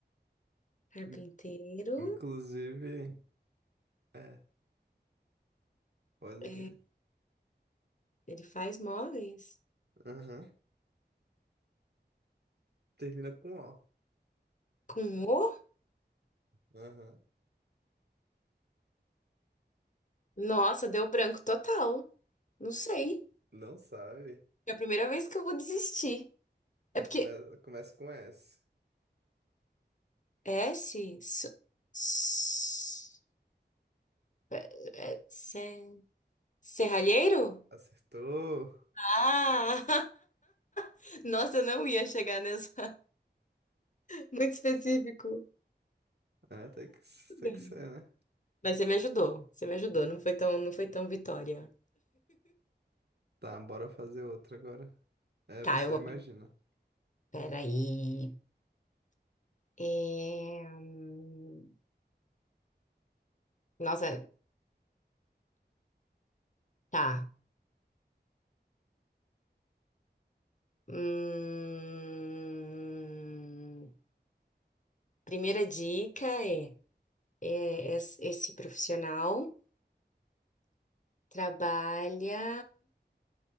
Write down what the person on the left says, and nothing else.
Carpinteiro,
é,
ele faz móveis.
Com o?
Nossa, deu branco total. Não sei.
É a primeira vez que eu vou desistir.
É porque
S, s, s- é, é, se- serralheiro?
Ah! <laughs> Nossa, eu não ia chegar nessa. Muito específico.
Tudo
bem.
Mas você me ajudou. Você me ajudou. Não foi tão, não foi tão vitória.
Tá,
eu vou.
Peraí. É... hum, Nossa, tá. Hum, Primeira dica é, é es- esse profissional trabalha